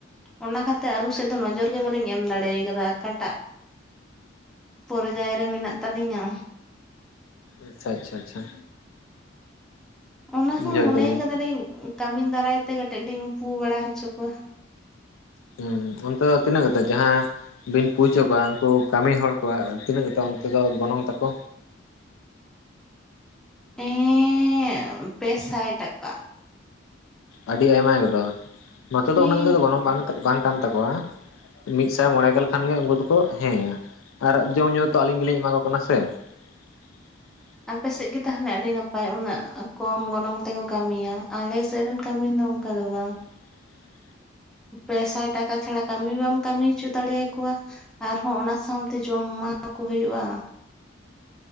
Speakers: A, in the centre; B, on the left.
A: ᱚᱱᱟ ᱠᱷᱟᱹᱛᱤᱨ ᱟᱞᱩ ᱥᱮᱫ ᱫᱚ ᱱᱚᱡᱚᱨ ᱜᱮ ᱵᱟᱞᱤᱧ ᱮᱢ ᱫᱟᱲᱮ ᱠᱟᱫᱟ ᱚᱠᱟᱴᱟᱜ ᱯᱚᱨᱡᱟᱭ ᱨᱮ ᱢᱮᱱᱟᱜ ᱛᱟᱞᱤᱧᱟ
B: ᱟᱪᱪᱷᱟ ᱟᱪᱪᱷᱟ ᱟᱪᱪᱷᱟ
A: ᱚᱱᱟᱦᱚᱸ
B: ᱵᱩᱡᱷᱟᱹᱣ
A: ᱢᱚᱱᱮ
B: ᱠᱮᱫᱟᱞᱤᱧ
A: ᱠᱟᱫᱟᱞᱤᱧ ᱠᱟᱹᱢᱤᱱ ᱫᱟᱨᱟᱭ ᱛᱮ ᱠᱟᱹᱴᱤᱡ ᱞᱤᱧ ᱯᱩ ᱵᱟᱲᱟ ᱦᱚᱪᱚ ᱠᱚᱣᱟ
B: ᱦᱩᱸ ᱚᱱᱛᱮ ᱫᱚ ᱛᱤᱱᱟᱹᱜ ᱠᱟᱛᱮ ᱡᱟᱦᱟᱸ ᱵᱤᱱ ᱯᱩ ᱦᱚᱪᱚ ᱠᱚᱣᱟ ᱩᱱᱠᱩ ᱠᱟᱹᱢᱤ ᱦᱚᱲ ᱠᱚᱣᱟ ᱛᱤᱱᱟᱹᱜ ᱠᱟᱛᱮ ᱚᱱᱛᱮ ᱫᱚ ᱜᱚᱱᱚᱝ ᱛᱟᱠᱚ
A: ᱮᱸᱻ ᱯᱮᱥᱟᱭ ᱴᱟᱠᱟ
B: ᱟᱹᱰᱤ ᱟᱭᱢᱟ ᱜᱮᱫᱚ ᱱᱚᱛᱮ ᱫᱚ
A: ᱦᱮᱸ
B: ᱩᱱᱟᱹᱜ ᱟᱛᱮ ᱫᱚ ᱜᱚᱱᱚᱝ ᱵᱟᱝ ᱠᱟᱱ ᱛᱟᱠᱚᱣᱟ ᱢᱤᱫᱥᱟᱭ ᱢᱚᱬᱮ ᱜᱮᱞ ᱠᱷᱟᱱ ᱜᱮ ᱩᱱᱠᱩ ᱫᱚᱠᱚ ᱦᱮᱸᱭᱟ ᱟᱨ ᱡᱚᱢ ᱧᱩ ᱛᱚ ᱟᱞᱤᱧ ᱜᱮᱞᱤᱧ ᱮᱢᱟ ᱠᱚ ᱠᱟᱱᱟ ᱥᱮ <inaudible>
A: ᱟᱯᱮᱥᱮᱫ ᱜᱮ ᱛᱟᱦᱞᱮ ᱟᱹᱰᱤ ᱱᱟᱯᱟᱭ ᱩᱱᱟᱹᱜ ᱠᱚᱢ ᱜᱚᱱᱚᱝ ᱛᱮᱠᱚ ᱠᱟᱹᱢᱤᱭᱟ ᱟᱞᱮᱥᱮᱫ ᱨᱮᱱ ᱠᱟᱹᱢᱤ ᱫᱚ ᱚᱝᱠᱟ ᱫᱚ ᱵᱟᱝ
B: <inaudible>
A: ᱯᱮᱥᱟᱭ ᱴᱟᱠᱟ ᱪᱷᱟᱲᱟ ᱠᱟᱹᱢᱤ ᱵᱟᱢ ᱠᱟᱹᱢᱤ ᱦᱚᱪᱚ ᱫᱟᱲᱮᱭᱟᱠᱚᱣᱟ ᱟᱨᱦᱚᱸ ᱚᱱᱟ ᱥᱟᱶᱛᱮ ᱡᱚᱢ ᱮᱢᱟ ᱠᱚ ᱦᱩᱭᱩᱜᱼᱟ᱾